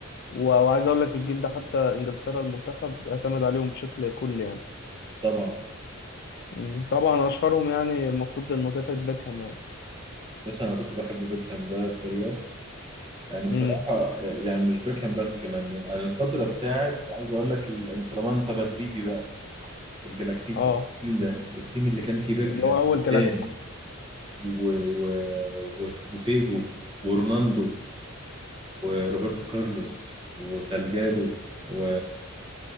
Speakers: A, on the left; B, on the right.
A: و... وعايز أقول لك الجيل ده حتى إنجلترا المنتخب اعتمد عليهم بشكل كلي يعني
B: طبعا
A: مم. طبعا أشهرهم يعني المفروض إنه ديفيد بيكهام يعني
B: بس أنا كنت بحب بيكهام ده بطريقة يعني
A: مم.
B: بصراحة يعني مش بيكهام بس كمان أنا الفترة بتاعت عايز أقول لك ال- طالما أنت مدريدي بقى الجلاكتيكوس
A: اه
B: التيم ده التيم اللي كان فيه بيكهام
A: اللي هو أول جالاكتيكوس
B: قدام و... و... وف- وفيجو ورونالدو وروبرتو كارلوس وسالجادو و...